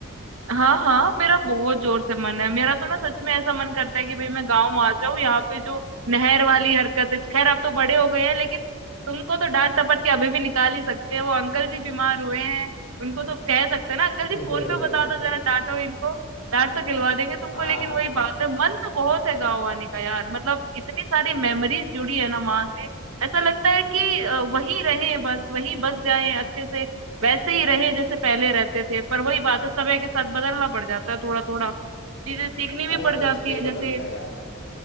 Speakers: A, on the right; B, on the left.
A: हाँ हाँ मेरा बहुत जोर से मन है मेरा तो ना सच में ऐसा मन करता है कि भाई मैं गाँव आ जाऊँ यहाँ पे जो नहर वाली हरकत है खैर आप तो बड़े हो गए हैं लेकिन तुमको तो डांट टपट के अभी भी निकाल ही सकते हैं वो अंकल जी बीमार हुए हैं उनको तो कह सकते हैं ना अंकल जी
B: <laughs>
A: फोन पे बता दो जरा डांटो इनको डांट तो खिलवा देंगे तुमको
B: हाँ
A: लेकिन
B: हाँ
A: वही
B: हाँ
A: बात है मन तो बहुत है गाँव आने का यार मतलब इतनी सारी मेमोरीज जुड़ी है ना वहां से ऐसा लगता है कि अ, वहीं रहें बस वहीं बस जाएं अच्छे से वैसे ही रहे जैसे पहले रहते थे पर वही बात है समय के साथ बदलना पड़ जाता है थोड़ा थोड़ा चीजें सीखनी भी
B: अरे
A: पड़
B: कुछ
A: जाती
B: नहीं
A: है जैसे
B: बदलता यार